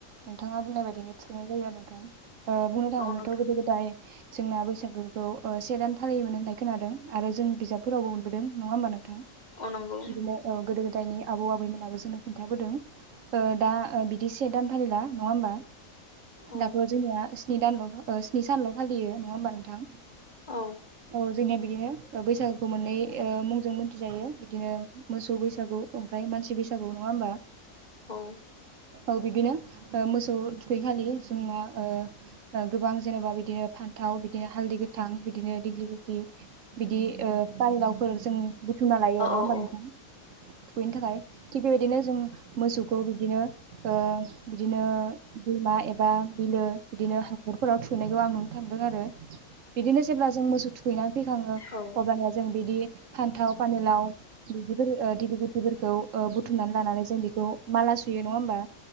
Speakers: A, on the right; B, on the left.
A: नोंथाङा बुंनाय बायदिनो थुखैनाय जायो आरो नोंथां। ओ‌ बुंनो थाङोब्लाथ'
B: औ नोंथां
A: गोदो गोदाय जोंना बैसागोखौ ओ से दान फालियोमोन होननाय खोनादों आरो जों बिजाबफोरावबो मोनबोदों नङा होमबा नोंथां?
B: औ नंगौ
A: बिदिनो औ गोदो गोदायनि आबौ आबैमोन मोनाबो जोंनो खोन्थाबोदों दा ओ बिदि से दान फालिला नङा होमबा?
B: औ
A: दाथ' जोंनिया सि नि दानल' स्नि सानल' फालियो नङा होमबा नोंथां?
B: औ।
A: औ जोंनिया बिदिनो बैसागोखौ मोननै ओ मुंजों मिथिजायो बिदिनो मोसौ बैसागु ओमफ्राय मानसि बैसा गु नङा होमबा?
B: औ
A: औ बिद्बिनो। ओ‌ मोसौ थुखैखालि जोंना ओ‌ ओ गोबां जेनोबा बिदिनो फान्थाव बिदिनो हालदै गोथां बिदिनो दिग्लि गुथि बिदि ओ फानलावफोर जों बुथुमना लायो नङा
B: औ
A: होमबा नोंथां थुखैनो थाखाय। थिग बेबायदिनो जों मोसौखौ बिब्दिनो ओ बिदिनो दैमा एबा बिलो बिदिनो हाखर फोराव थुखैनायखौ आं नुनो थांदों आरो। बिदिनो जेब्ला जों मोसौ थुखैनानै फैखाङो
B: औ
A: अब्लानिया जों बिदि फान्थाव फानिलाव बिदिफोर दिलि गुथिफोरखौ ओ बुथुमनानै लानानै जों बेखौ माला सुयो नङा होमबा